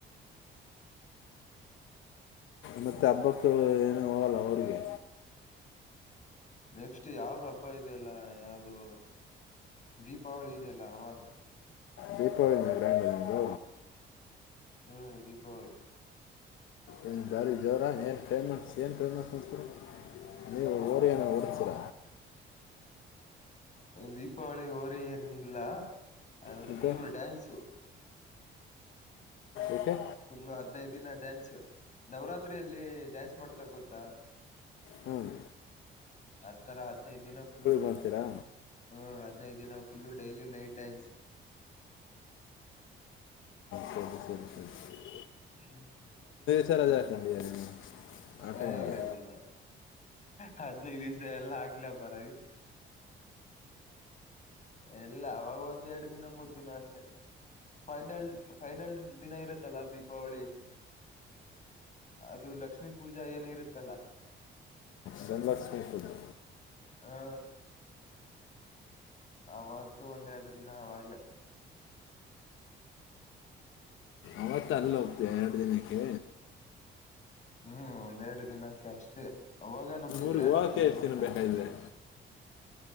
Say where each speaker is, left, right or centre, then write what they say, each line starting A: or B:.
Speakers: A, on the left (about 80°); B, on the left (about 40°).
A: ಮತ್ತ ಹಬ್ಬಕ್ಕ ಏನ ಹೋಗಲ್ಲ ಅವ್ರಿಗೆ
B: ನೆಕ್ಸ್ಟ್ ಯಾವ್ದ್ ಹಬ್ಬ ಇದೆಯಲ್ಲ ಯಾವ್ದು ದೀಪಾವಳಿ ಇದೆಯಲ್ಲ ಅವಾಗ
A: ದೀಪಾವಳಿಂದ ಗ್ರ್ಯಾಂಡ ನಿಮ್ದು
B: ಹ್ಮ್ ದೀಪಾವಳಿ
A: ಏನು ಬಾರಿ ಜೋರ ಏನು ಫೇಮಸ್ ಏನು ಫೇಮಸ್ ಅಂತ ನೀವು ಓರಿಯಏನ ಹೊಡ್ತೀರ
B: ದೀಪಾವಳಿ ಹೋರಿ ಏನು ಇಲ್ಲ ಅದು
A: ಮತ್ತೆ
B: ಫುಲ್ಲ ಡ್ಯಾನ್ಸು
A: ಓಕೆ
B: ಫುಲ್ ಹದ್ನೈದು ದಿನ ಡ್ಯಾನ್ಸ್ ನವರಾತ್ರಿಯಲ್ಲಿ ಡ್ಯಾನ್ಸ್ ಮಾಡ್ತ ಉತ್ತರ ಗೊತ್ತ
A: ಹ್ಮ್
B: ಅದ್ ತರ ಹದ್ಿನೈದು ದಿನ ಫುಲ್
A: ಮಾಡ್ತೀರಾ
B: ಹ್ಮ ಹದ್ಿನೈದು ದಿನ ಇಲ್ಲು ಡೈಲಿ ನೈಟ್ ಡ್ಯಾನ್ಸ್
A: ಕ ದಿಸಿೇ ದಿಸಿ <unintelligible>
B: ಹ್ಮ್ <inaudible>
A: ಸರ ಆ <unintelligible>
B: ಹ
A: ಟೈಮಿಗೆ
B: ಇಲ್ಲ ಇಲ್ಲ ಇಲ್ಲ ಹದನ ದಿವಸ ಎಲ್ಲ ಆಗಲ ಪರ ಎಲ್ಲ ಅವಾಗ ಒಂದ್ ಎರಡ್ ದಿನ ಮೂರ್ ದಿನ ಅಷ್ಟೆ ಫೈನಲ್ ಫೈನಲ್ ದಿನ ಇರುತ್ತಲ್ಲ ದೀಪಾವಳಿ ಅದು ಲಕ್ಷ್ಮೀ ಪೂಜಾ ಏನ ಇರುತ್ತಲ್ಲ
A: ಜನ್ಲಕ್ಷ್ಮೀ ಪೂಜೆ
B: ಹಾ ಅವತ್ತುೂ ಒಂದ್ೆರಡು ದಿನ ಅವಾಗ್ಲ
A: ಅವತ್ತ ಅಲ್ಲಿ ಹೋಗ್ತೀಯ ಎರಡು ದಿನಕ್ಕೆ
B: ಹ್ಮ್ ಒಂದೆರಡು ದಿನಕ್ಕೆ ಅಷ್ಟೇ ಅವಾಗ ನಮ್ದು
A: ಊರಿಗೆ
B: ಗ್ರ್ಯಾಂಡ್
A: ಹೋಗೋಕ್ಕೆ ಎಷ್ಟು
B: ಒಂಥರ
A: ದಿನ ಬೇಕಾಗಿದೆ